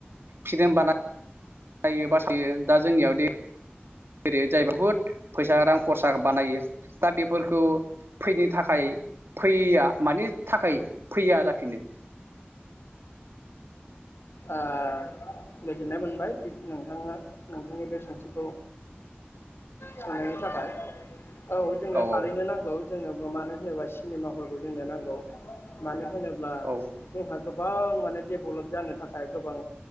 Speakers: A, on the right (about 75°); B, on the left (about 80°).
A: फिलिम <unintelligible> बानायायो बासायो दा जोंनियाव दे जेरै जाय बहुद फैसा रां खरसा बानायो दा बेफोरखौ फैनो थाखाय फैया मानि थाखाय फैया जाफिनो
B: आ गोजोननाय मोनबाय नोंथाङा नोंथांनि बे सोंथिखौ सोंनायनि थाखाय औ जोंनो
A: औ
B: थारैनो नांगौ जोंनो अ मानो होनोबा सिनेमा हलखौ जोंनो नांगौ मानो होनोब्ला
A: औ
B: जों हाजब गोबां माने डेभेलप जानो थाखा ओ गोबां